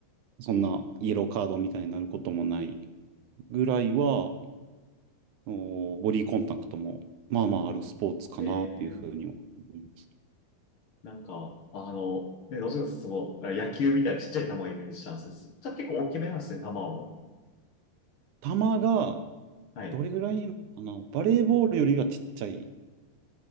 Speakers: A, on the right; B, on the left.
A: そんなイエローカードみたいになることもないぐらいは、あのボディコンタクトも、まあまああるスポーツかなっていうふうには思います。
B: えー、なんか、あの、ね、どちらかというとその、野球みたいなちっちゃい球をイメージしたんですけど、そじゃあ結構大きめなんですね、球も。
A: 球が、
B: はい。
A: どれぐらいなのかなバレーボールよりがちっちゃい